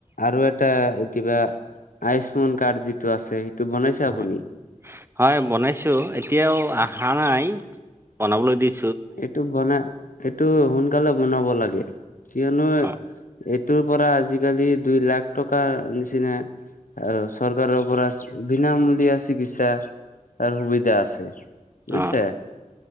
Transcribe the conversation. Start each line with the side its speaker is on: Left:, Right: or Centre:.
Left: আৰু এটা কিবা আয়ুস্মান কাৰ্ড যিটো আছে সেইটো বনাইছে আপুনি?
Right: হয় হয় বনাইছোঁ, এতিয়াও অহা নাই বনাবলৈ দিছোঁ।
Left: এইটো বনাই এইটো সোনকালে বনাব লাগে। কিয়নো
Right: অ
Left: এইটোৰ পৰা আজিকালি দুই লাখ টকা নিচিনা আৰু চৰকাৰৰ পৰা বিনামূলীয়া চিকিৎসা। সা সুবিধা আছে, বুজিছে।
Right: অ অ